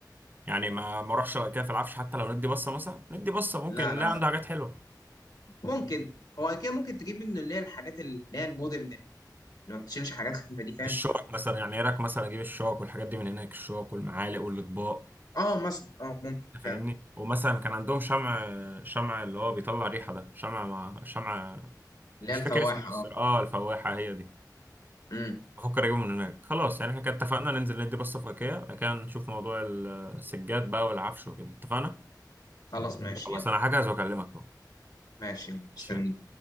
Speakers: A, on the right; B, on the left.
A: يعني ما ما اروحش على ايكيا في العفش حتى لو ندي بصة مثلا ندي بصة ممكن
B: لا
A: نلاقي
B: لا
A: عنده
B: لا
A: حاجات حلوة
B: ممكن هو ايكيا ممكن تجيب منه اللي هي الحاجات اللي هي المودرن اللي ما بتشيلش حاجات خفيفه دي فاهم
A: الشوك مثلا يعني ايه رايك مثلا اجيب الشوك والحاجات دي من هناك الشوك والمعالق والاطباق
B: اه مثلا اه ممكن
A: انت فاهمني
B: فعلا
A: ومثلا كان عندهم شمع شمع اللي هو بيطلع ريحه ده شمع مع شمع
B: اللي
A: مش
B: هي الفواحه
A: فاكر اسمه ايه الصراحة.
B: اه
A: اه الفواحه هي دي
B: امم
A: بفكر اجيبه من هناك خلاص يعني احنا كده اتفقنا
B: طب
A: ننزل ندي بصه في ايكيا بعد كده نشوف موضوع السجاد بقى والعفش وكده اتفقنا
B: خلاص ماشي
A: خلاص
B: يلا
A: انا هجهز واكلمك اهو
B: ماشي مستني
A: ماشي، يلا.